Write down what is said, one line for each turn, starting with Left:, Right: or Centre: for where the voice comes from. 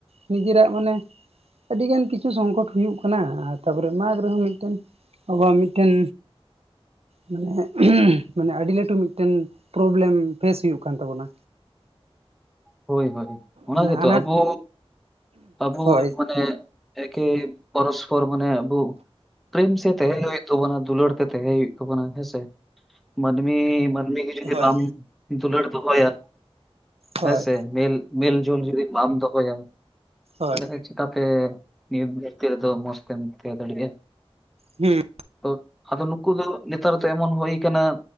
Right: ᱱᱤᱡᱮᱨᱟᱜ ᱢᱟᱱᱮ ᱟᱹᱰᱤ ᱜᱟᱱ ᱠᱤᱪᱷᱩ ᱥᱚᱝᱠᱚᱴ ᱦᱩᱭᱩᱜ ᱠᱟᱱᱟ, ᱛᱟᱯᱚᱨᱮ ᱢᱟᱜ ᱨᱮᱦᱚᱸ ᱢᱤᱫᱴᱮᱱ ᱟᱵᱚᱣᱟᱜ ᱢᱤᱫᱴᱮᱱ ᱢᱟᱱᱮ, ᱢᱟᱱᱮ ᱟᱹᱰᱤ ᱞᱟᱹᱴᱩ ᱢᱤᱫᱴᱮᱱ ᱯᱨᱚᱵᱞᱮᱢ ᱯᱷᱮᱥ ᱦᱩᱭᱩᱜ ᱠᱟᱱ ᱛᱟᱵᱳᱱᱟ᱾
Centre: ᱦᱳᱭ ᱦᱳᱭ ᱚᱱᱟ
Right: ᱢᱟᱱᱮ
Centre: ᱜᱮᱛᱚ
Right: ᱟᱱᱟᱴ
Centre: ᱟᱵᱚ, ᱟᱵᱚ
Right: ᱦᱳᱭ
Centre: ᱮ ᱮᱠᱤ ᱯᱚᱨᱚᱥᱯᱚᱨ ᱢᱟᱱᱮ ᱟᱵᱩ ᱯᱨᱮᱢ ᱥᱮ ᱛᱮᱦᱮᱸ ᱦᱩᱭᱩᱜ ᱛᱟᱵᱚᱱᱟ, ᱫᱩᱞᱟᱹᱲ ᱛᱮ ᱛᱮᱦᱮᱸ ᱦᱩᱭᱩᱜ ᱛᱟᱵᱳᱱᱟ ᱦᱮᱸᱥᱮ, ᱢᱟᱹᱱᱢᱤ ᱢᱟᱹᱱᱢᱤ ᱜᱮ ᱡᱩᱫᱤ
Right: ᱦᱳᱭ
Centre: ᱵᱟᱢ ᱫᱩᱞᱟᱹᱲ ᱫᱚᱦᱚᱭᱟ ᱾
Right: ᱦᱳᱭ
Centre: ᱦᱮᱸᱥᱮ ᱢᱮ ᱢᱮᱞ ᱡᱳᱞ ᱡᱩᱫᱤ ᱵᱟᱢ ᱫᱚᱦᱚᱭᱟ
Right: ᱦᱳᱭ
Centre: ᱛᱟᱦᱚᱞᱮ ᱪᱤᱠᱟᱛᱮ ᱱᱤᱛᱚᱜ ᱵᱷᱤᱛᱤᱨ ᱨᱮᱫᱚ ᱢᱚᱡᱽ ᱛᱮᱢ ᱛᱟᱦᱮᱸᱫᱟᱲᱮᱣᱟᱜᱼᱟ ᱾
Right: ᱦᱩᱸ
Centre: ᱛᱚᱸ ᱟᱫᱚ ᱱᱩᱠᱩ ᱫᱚ ᱱᱮᱛᱟᱨ ᱫᱚ ᱮᱢᱚᱱ ᱦᱩᱭᱩ ᱟᱠᱟᱱᱟ